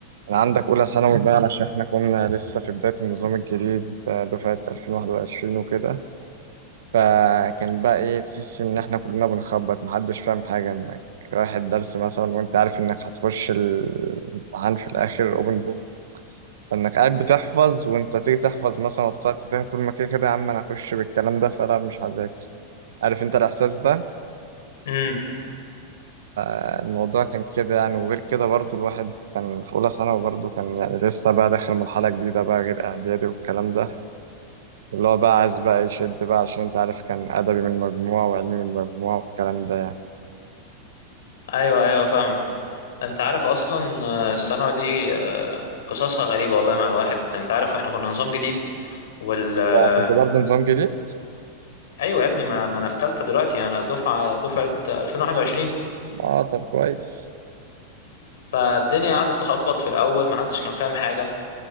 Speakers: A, on the right; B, on the left.
A: أنا عندك أولى ثانوي بقى <laughs> علشان إحنا كنا لسه في بداية النظام الجديد آه، دفعة 2021 وكده فكان بقى إيه تحس إن إحنا كلنا بنخبط محدش فاهم حاجة إنك رايح الدرس مثلا وأنت عارف إنك هتخش الامتحان في الآخر أوبن بوك فإنك قاعد بتحفظ وأنت تيجي تحفظ مثلا وتقعد تذاكر طول ما كده كده يا عم أنا هخش بالكلام ده فلا مش هذاكر عارف أنت الإحساس ده؟
B: امم
A: الموضوع كان كده يعني وغير كده برضو الواحد كان في أولى ثانوي برضو كان يعني لسه بقى داخل مرحلة جديدة بقى غير إعدادي والكلام ده اللي هو بقى عايز بقى يشد بقى عشان أنت عارف كان أدبي من مجموعة وعلمي من مجموعة والكلام ده
B: ايوه ايوه فاهمك انت عارف اصلا آه، الثانوي دي آه، قصصها غريبه والله مع الواحد انت عارف احنا كنا نظام جديد وال آه،
A: يعني كنت برضو نظام جديد؟
B: ايوه يا ابني ما ما انا في ثالثه دلوقتي انا دفعه دفعه 2021
A: آه طب كويس
B: فالدنيا قعدت تخبط في الاول ما حدش كان فاهم حاجه